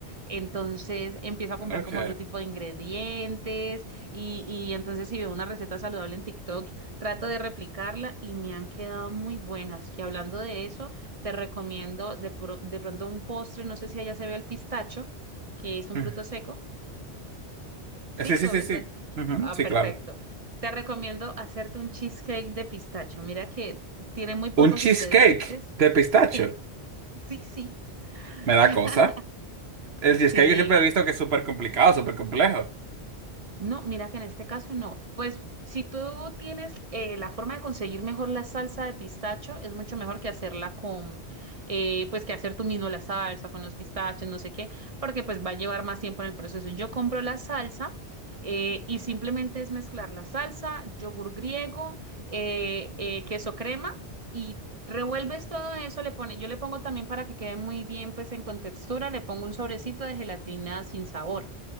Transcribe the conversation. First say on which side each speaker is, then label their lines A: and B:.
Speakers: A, on the right (about 35°); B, on the right (about 65°).
A: entonces empiezo a
B: Ok.
A: comprar como otro tipo de ingredientes y, y entonces si veo una receta saludable en TikTok, trato de replicarla y me han quedado muy buenas. Que hablando de eso, te recomiendo de, pro- de pronto un postre, no sé si allá se ve el pistacho, que es un
B: Mm.
A: fruto seco. Sí,
B: Sí, sí,
A: lo,
B: sí, sí.
A: lo-
B: Ujú,
A: ah,
B: Sí,
A: perfecto.
B: claro.
A: Te recomiendo hacerte un cheesecake de pistacho. Mira que tiene muy pocos
B: Un cheesecake
A: ingredientes.
B: de pistacho.
A: Sí, sí, sí.
B: Me da
A: <laughs>
B: cosa. El
A: Sí.
B: cheesecake siempre he visto que es súper complicado, súper complejo.
A: No, mira que en este caso no. Pues si tú tienes eh, la forma de conseguir mejor la salsa de pistacho, es mucho mejor que hacerla con, eh, pues que hacer tú mismo la salsa con los pistachos, no sé qué, porque pues va a llevar más tiempo en el proceso. Yo compro la salsa eh, y simplemente es mezclar la salsa, yogur griego, eh, eh, queso crema y revuelves todo eso. Le pone, yo le pongo también para que quede muy bien, pues en contextura, le pongo un sobrecito de gelatina sin sabor.